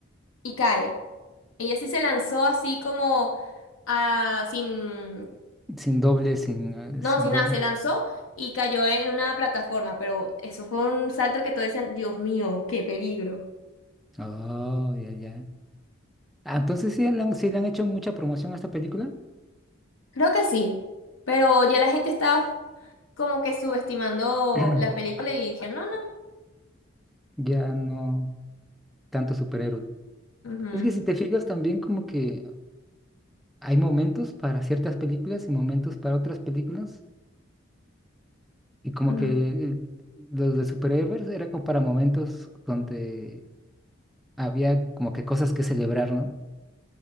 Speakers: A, on the left; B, in the centre.
A: y cae. Ella sí se lanzó así como a, sin,
B: sin doble, sin, eh,
A: no,
B: sin
A: sin
B: doble.
A: nada, se lanzó y cayó en una plataforma, pero eso fue un salto que todos decían, Dios mío, qué peligro.
B: Oh, ya, ya. Ah, entonces sí le han, sí le han hecho mucha promoción a esta película.
A: Creo que sí, pero ya la gente está como que subestimando
B: <clears throat>
A: la película y dijeron, no,
B: Ya no tanto superhéroe.
A: no, no.
B: Es que si te fijas también como que hay momentos para ciertas películas y momentos para otras películas. Y como
A: Ujú,
B: que
A: ujú.
B: eh, los de superhéroes era como para momentos donde había como que cosas que celebrar, ¿no?